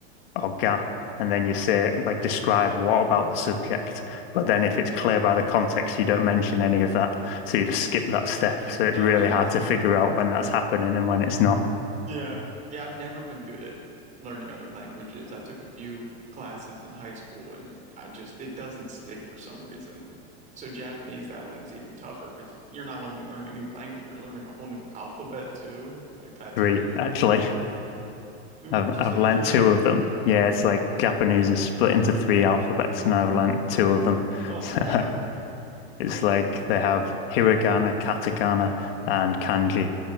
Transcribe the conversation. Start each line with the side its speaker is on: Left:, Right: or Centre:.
Left: or ga, and then you say like describe what about the subject. But then if it's clear by the context, you don't mention any of that, so you just skip that step. So it's
Right: Oh,
Left: really
Right: geez.
Left: hard to figure out when that's happening and when it's not.
Right: Yeah. Yeah, I've never been good at learning other languages. I took a few classes in high school and I just it doesn't stick for some reason. So Japanese, that one's even tougher because you're not only learning a new language, you're learning a whole new alphabet too. Like that's
Left: Three,
Right: crazy.
Left: actually.
Right: Would
Left: I've
Right: you
Left: I've
Right: say
Left: learnt
Right: three?
Left: two of them. Yeah, it's like Japanese is split into three alphabets, and I've learnt two of them.
Right: Oh my
Left: <laughs> So
Right: God.
Left: It's like they have hiragana, katakana, and kanji.